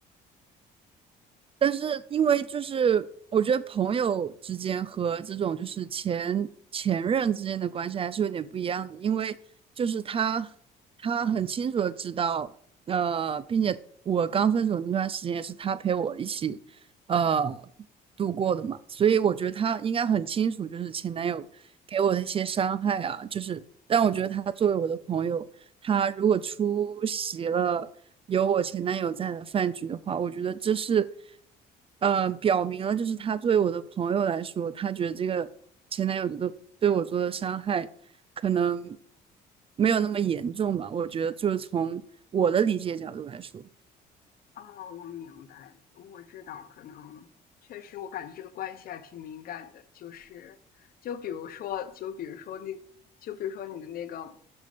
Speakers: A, on the right; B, on the left.
A: 但是因为就是我觉得朋友之间和这种就是前前任之间的关系还是有点不一样的，因为就是他他很清楚的知道，呃，并且我刚分手那段时间也是他陪我一起呃度过的嘛，所以我觉得他应该很清楚就是前男友给我的一些伤害啊，就是但我觉得他作为我的朋友。他如果出席了有我前男友在的饭局的话，我觉得这是，呃，表明了就是他作为我的朋友来说，他觉得这个前男友的对我做的伤害可能没有那么严重吧。我觉得就是从我的理解角度来说。
B: 哦，我明白，我知道，可能确实，我感觉这个关系还挺敏感的，就是，就比如说，就比如说那，就比如说你的那个，